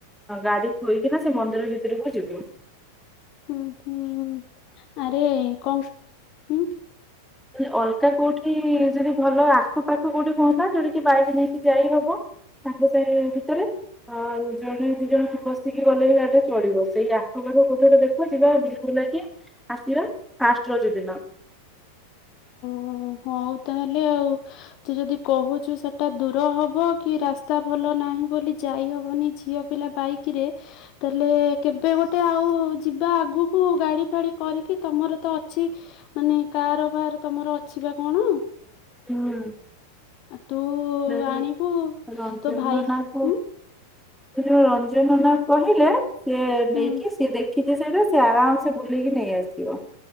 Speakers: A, in the centre; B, on the left.
A: ଗାଡି ଥୋଇକିନା ସେ ମନ୍ଦିର ଭିତରକୁ ଯିବୁ।
B: ଉଁ ହୁଁ ଆରେ କଣ ଉଁ
A: କହିଲି ଅଲଗା କୋଉଠି ଯଦି ଭଲ ଆଖପାଖ କୋଉଠି କହୁଥିଲା ଯୋଉଟାକିି ବାଇକି ନେଇକି ଯାଇ ହବ ସାଙ୍ଗେ ସାଙ୍ଗ ଭିତରେ ଆ ଜଣ ଦି ଜଣ ବସିକି ଗଲେବି ଗାଡିଟା ଚଳିବ ସେଇ ଆଖ ପାଖକୁ କୋଉଠି ଗୋ ଦେଖ ଯିବା ବିଲିକୁଲୁ ନା କି ଆସିବା ଫାଷ୍ଟ ରଜ ଦିନ।
B: ଓ ହଉ ତାହେଲେ ଆଉ। ତୁ ଯଦି କହୁଚୁ ସେଟା ଦୂର ହବ କି ରାସ୍ତା ଭଲ ନାହିଁ ବୋଲି ଯାଇ ହବନି ଝିଅ ପିଲା ବାଇକି ରେ। ତାହେଲେ କେବେ ଗୋଟେ ଆଉ ଯିବା ଆଗକୁ ଗାଡି ଫାଡି କରିକି ତମର ତ ଅଛି ମାନେ କାର ଫାର ତମର ଅଛି ବା କଣ?
A: ହୁଁ
B: ଆଉ ତୁ
A: ରେଡି
B: ଆଣିବୁ
A: ରଜର
B: ତୋ ଭାଇ
A: ନ ଲାଗୁ।
B: ଉଁ
A: ଯୋଉ ରଞ୍ଜନ ନନା କହିଲେ ସିଏ ନେଇକି
B: ହୁଁ।
A: ସିଏ ଦେ କିଛି ସେଇଟା ସେ ଆରାମସେ ବୁଲିକି ନେଇଆସିବ?